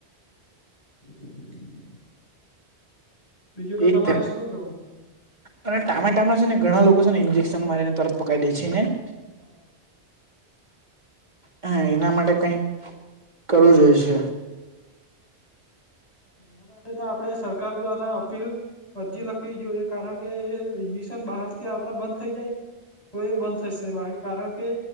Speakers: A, on the left; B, on the right.
A: <inaudible> બીજું તો
B: એજ
A: તમારે
B: તે
A: શું કેવું?
B: અને ટામેટામે છે ને ઘણા લોકો છે ને ઇન્જેક્શન મારીને તરત પકાવી દે છે ને-
A: હા.
B: હ એના માટે કઈક કરવું જોય છે.
A: એના માટે તો આપડણે સરકાર દ્વારા અપીલ અરજી લખવી જોઈએ. કારણ કે ઇન્જેક્શન બહાર થી આવ બંધ થઈ જાય તો એ બંધ થશે બાકી કારણ કે